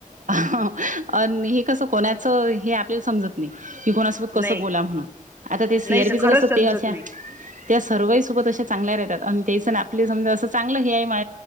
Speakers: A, on the right; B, on the right.
A: आणि हे कसं कोणाचं हे आपल्या समजत नी की कोणासोबत कसं
B: नाही
A: बोला म्हणून आता ते सी
B: नाही
A: आर बी
B: खरंच
A: चं कसं
B: समजत
A: ते अशा
B: नाही
A: त्या सर्वा ही सोबत अशा चांगल्या रहत्यात आणि तेसनं आपले समजा असं चांगलं हे आहे मा